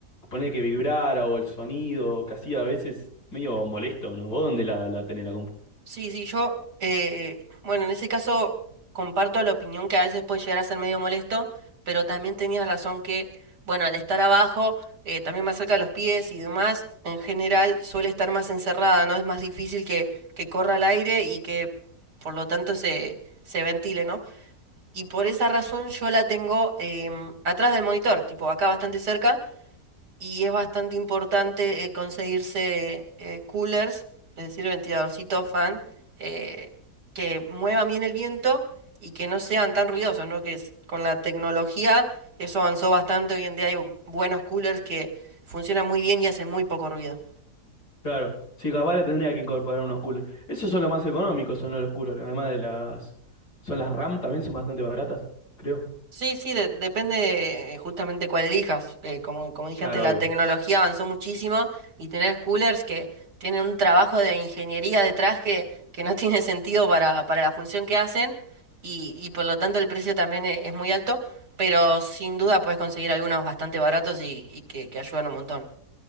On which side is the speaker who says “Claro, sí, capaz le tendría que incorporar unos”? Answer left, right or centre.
Left